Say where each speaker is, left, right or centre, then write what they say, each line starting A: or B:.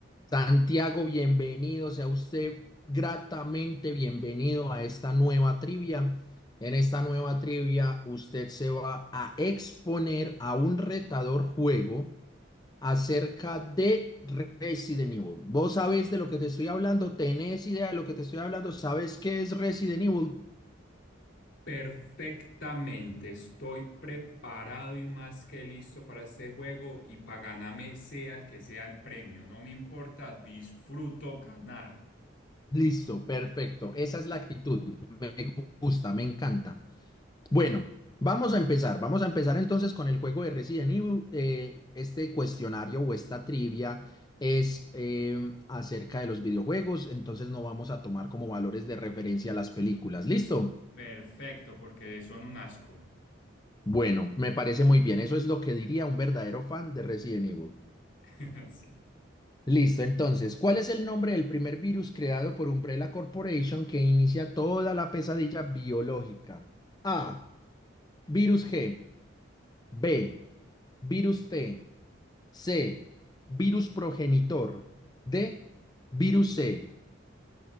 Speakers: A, on the left; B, on the left.
A: Santiago, bienvenido, sea usted gratamente bienvenido a esta nueva trivia. En esta nueva trivia, usted se va a exponer a un retador juego acerca de Resident Evil. ¿Vos sabés de lo que te estoy hablando? ¿Tenés idea de lo que te estoy hablando? ¿Sabes qué es Resident Evil?
B: Perfectamente, estoy preparado y más que listo para este juego y para ganarme sea el que sea el premio, no me importa, disfruto ganar.
A: Listo, perfecto. Esa es la actitud. Me gusta, me encanta. Bueno, vamos a empezar. Vamos a empezar entonces con el juego de Resident Evil. Eh, este cuestionario o esta trivia es eh, acerca de los videojuegos, entonces no vamos a tomar como valores de referencia las películas. ¿Listo?
B: Perfecto, porque son un asco.
A: Bueno, me parece muy bien. Eso es lo que diría un verdadero fan de Resident Evil.
B: <laughs> Sí.
A: Listo, entonces, ¿cuál es el nombre del primer virus creado por Umbrella Corporation que inicia toda la pesadilla biológica? A. Virus G. B. Virus T. C. Virus progenitor. D. Virus C.